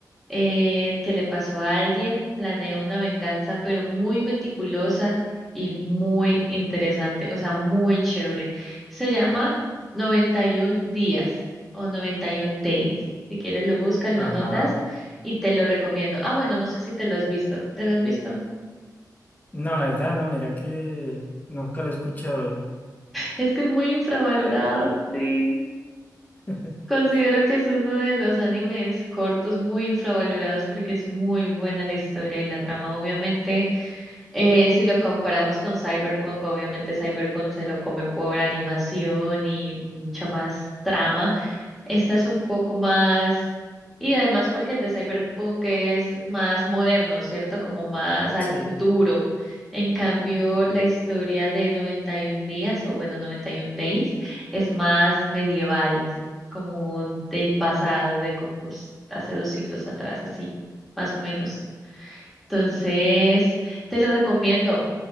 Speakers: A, in the centre; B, on the left.
A: eh, que le pasó a alguien, planeó una venganza, pero muy meticulosa y muy interesante, o sea, muy chévere. Se llama 91 días o 91 days. Si quieres lo buscas, lo
B: Ajá.
A: anotas y te lo recomiendo. Ah, bueno, no sé si te lo has visto. ¿Te lo has visto?
B: No, la verdad, no, mira que nunca lo he escuchado.
A: Es que es muy infravalorado, sí.
B: <laughs>
A: Considero que es uno de los animes cortos muy infravalorados porque es muy buena la historia y la trama. Obviamente Eh, si lo comparamos con Cyberpunk, obviamente Cyberpunk se lo come por animación y mucha más trama. Esta es un poco más, y además porque el de Cyberpunk es más moderno, ¿cierto? Como más al
B: Sí.
A: futuro. En cambio, la historia de 91 días, o bueno, 91 Days, es más medieval, como del pasado, de como s- hace dos siglos atrás, así, más o menos. Entonces, te lo recomiendo.